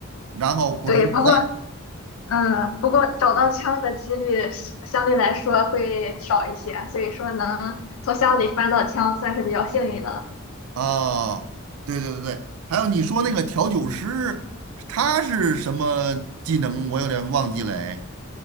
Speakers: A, on the right (about 80°); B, on the left (about 75°).
A: 然后补充子弹。
B: 对。不过，嗯，不过找到枪的几率是相对来说会少一些，所以说能从箱里翻到枪算是比较幸运的了。
A: 啊，对对对对，还有你说那个调酒师，他是什么技能？我有点忘记了哎